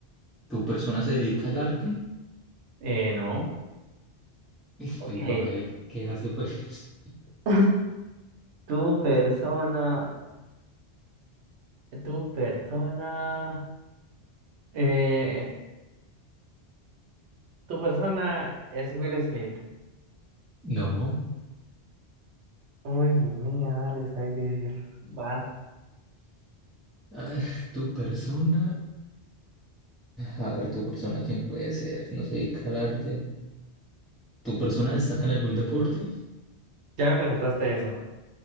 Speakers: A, in the centre; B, on the right.
A: tu persona se dedica al arte? <laughs>
B: Eh, no.
A: Y te
B: Ok.
A: digo, madre, ¿qué, qué hace pues?
B: <laughs> Tu persona. Tu persona. Eh, tu persona es Will Smith.
A: <laughs> No.
B: Uy, mía, dale, está difícil. Va.
A: A ver, tu persona. A ver, tu persona, ¿quién puede ser? No se dedica al arte. ¿Tu persona destaca en algún deporte?
B: Ya me preguntaste eso.